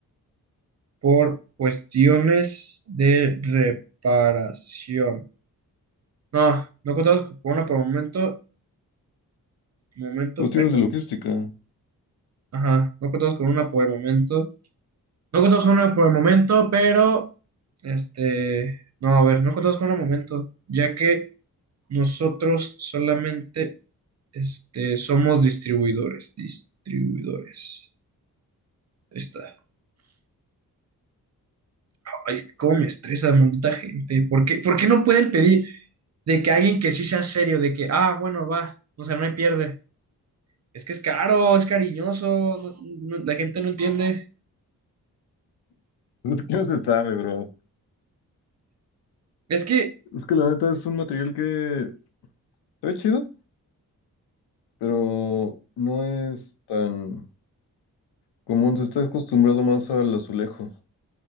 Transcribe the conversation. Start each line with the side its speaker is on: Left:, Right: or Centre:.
Right: por cuestiones de reparación. No, no contamos con una por el momento, momento,
Left: Cuestiones
Right: pero,
Left: de logística. <laughs>
Right: ajá, no contamos con una por el momento. No contamos con una por el momento, pero, este, no, a ver, no contamos con una momento, ya que nosotros solamente, este, somos distribuidores, distribuidores. Ahí está. Ay, cómo me estresa, maldita gente. ¿Por qué, por qué no pueden pedir de que alguien que sí sea serio, de que, ah, bueno, va, o sea, no hay pierde? Es que es caro, es cariñoso, no- no- la gente no entiende.
Left: Es no se sabe, bro.
Right: Es que,
Left: Es que la neta es un material que está chido, pero no es tan común. Se está acostumbrado más al azulejo.